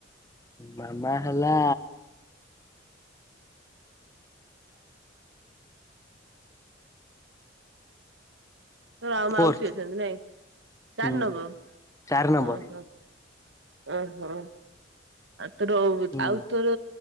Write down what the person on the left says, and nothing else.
ମାମା ହେଲା
ଫୋର୍ଥ
ହୁଁ
ଚାରି ନମ୍ବର
ହୁଁ।